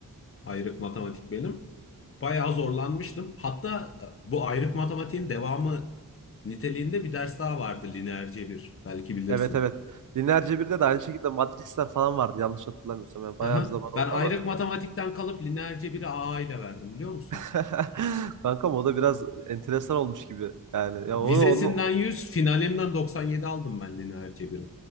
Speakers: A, on the left; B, on the right.
A: ayrık matematik benim. Bayağı zorlanmıştım. Hatta e, bu ayrık matematiğin devamı niteliğinde bir ders daha vardı lineer cebir. Belki bilirsin.
B: Evet evet. Lineer Cebir'de de aynı şekilde Matrix'ler falan vardı yanlış hatırlamıyorsam. Yani bayağı
A: Aha.
B: bir zaman oldu
A: Ben ayrık
B: ama.
A: matematikten kalıp lineer cebiri A A ile verdim biliyor musun?
B: <laughs> Kankam o da biraz enteresan olmuş gibi. Yani
A: Vizesinden
B: ya onu, onu
A: 100, finalinden 97 aldım ben lineer cebiri.